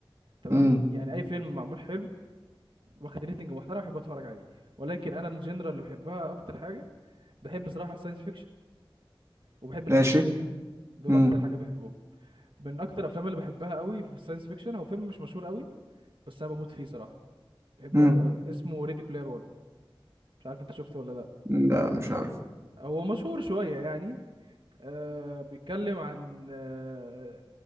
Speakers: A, on the right (about 65°); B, on the right (about 30°).
A: تمام
B: امم
A: يعني اي فيلم معمول حلو واخد ريتنج محترم بحب اتفرج عليه ولكن انا الجنرال اللي بحبها اكتر حاجه بحب صراحه الساينس فيكشن وبحب الاكشن
B: ماشي
A: دول
B: امم
A: اكتر حاجات بحبهم من اكتر الافلام اللي بحبها قوي في الساينس فيكشن هو فيلم مش مشهور قوي بس انا بموت فيه صراحه بحبه
B: امم
A: قوي قوي اسمه ريدي بلاير 1 مش عارف انت شفته ولا لا
B: لا مش عارف
A: هو مشهور شويه يعني آه بيتكلم عن آه